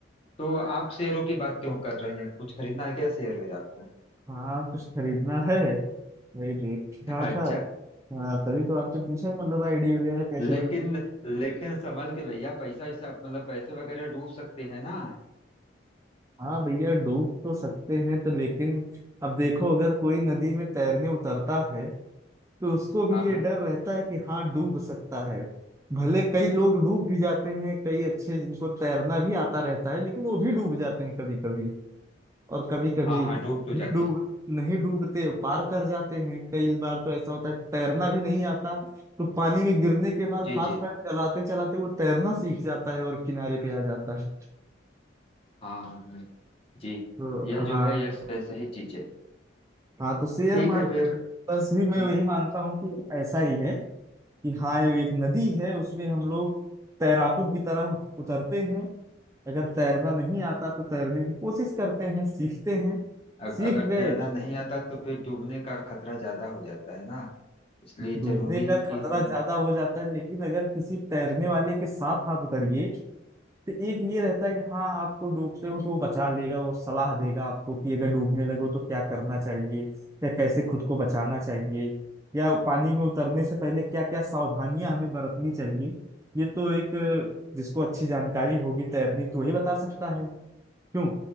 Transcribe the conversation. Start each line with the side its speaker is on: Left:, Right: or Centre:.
Left: तो आप शेयरों की बात क्यों कर रहे हैं कुछ खरीदना है क्या शेयर वेयर आपको
Right: हाँ कुछ खरीदना है वही देख रहा
Left: अच्छा
Right: था हाँ तभी तो आपसे पूछा मतलब आईडी वगैरह कैसे
Left: लेकिन
Right: बन
Left: लेकिन संभल के भैया पैसा ऐसा मतलब पैसे वगैरह डूब सकते हैं ना
Right: हाँ भैया डूब तो सकते हैं तो लेकिन अब देखो अगर कोई नदी में तैरने उतरता है तो उसको भी
Left: हाँ
Right: ये
Left: हाँ
Right: डर रहता है कि हाँ डूब सकता है भले कई लोग डूब भी जाते हैं कई अच्छे जिनको तैरना भी आता रहता है लेकिन वो भी डूब जाते हैं कभी कभी और कभी कभी
Left: हाँ हाँ डूब तो
Right: भी
Left: जाते
Right: डूब नहीं डूबते पार कर जाते हैं कई बार तो ऐसा होता है तैरना भी नहीं आता तो पानी में गिरने के बाद
Left: हैं जी
Right: हाथ
Left: जी
Right: पैर चलाते चलाते वो तैरना सीख जाता है और किनारे पे आ जाता है
Left: हाँ हाँ हाँ जी
Right: तो
Left: यह जो
Right: हाँ
Left: है यह सही, सही चीज है
Right: हाँ तो शेयर
Left: ठीक
Right: मार्केट
Left: है फिर
Right: बस भी
Left: हम्म,
Right: मैं वही मानता हूँ कि ऐसा ही है कि हाँ ये एक नदी है उसमें हम लोग तैराकों की तरह उतरते हैं अगर तैरना नहीं आता तो तैरने की कोशिश करते हैं सीखते हैं
Left: अग-
Right: सीख
Left: अगर
Right: गए
Left: तैरना नहीं आता तो फिर डूबने का खतरा ज्यादा हो जाता है ना इसलिए
Right: डूबने
Left: जरूरी है
Right: का खतरा
Left: कि हम
Right: ज्यादा हो जाता है लेकिन अगर किसी तैरने वाले के साथ आप उतरिए तो एक ये रहता है कि हाँ आपको डूबते हो तो वो बचा लेगा वो सलाह देगा आपको कि अगर डूबने लगो तो क्या करना चाहिए या कैसे खुद को बचाना चाहिए या पानी में उतरने से पहले क्या क्या सावधानियां हमें बरतनी चाहिए ये तो एक अ, जिसको अच्छी जानकारी होगी तैरने की वही बता सकता है क्यों